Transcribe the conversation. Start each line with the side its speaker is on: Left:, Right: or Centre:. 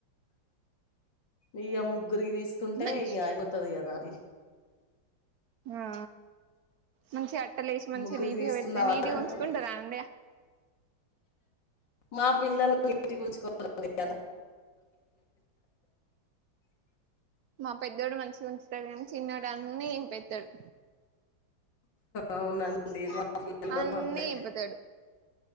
Left: ఇయ్య ముగ్గురికి తీసుకుంటే
Right: మంచి
Left: ఇగ అయిపోతది కదా అని
Right: ఆ మంచిగా అట్టలేసి మంచిగా
Left: ముగ్గురికి
Right: నీటిగా
Left: తీసుకుందామని
Right: పెడితే నీటిగా
Left: అనుకుం
Right: ఉంచుకుంటారా అండి
Left: మా పిల్లలు నీట్ గా ఉంచుకోరాండి <unintelligible>
Right: మా పెద్దోడు మంచిగా ఉంచుతాడు కానీ చిన్నోడు అన్నీ చింపెతాడు
Left: అవునా అండి ఇవ మా పిల్లలు
Right: అన్నీ
Left: అంతే
Right: ఇంపుతాడు